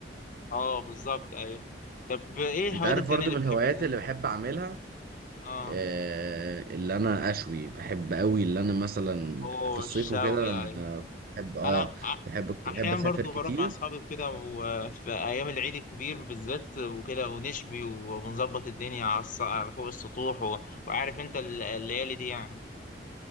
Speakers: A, on the left; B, on the right.
A: اه بالظبط ايوه طب ايه الهوايات
B: انت عارف
A: التانيه
B: برضو
A: اللي
B: من
A: بتحب
B: الهوايات اللي بحب اعملها
A: اه
B: آه، اللي انا اشوي بحب قوي اللي انا مثلا
A: اوه
B: في الصيف
A: الشوي
B: وكده انا
A: ايوه
B: بحب اه
A: انا ع-
B: بحب كنت
A: احيانا
B: بحب اسافر
A: برضو
B: كتير
A: بروح مع اصحابي وكده وفي ايام العيد الكبير بالذات وكده ونشوي ونظبط الدنيا على الص... على فوق السطوح و... وعارف انت ال- الليالي دي يعني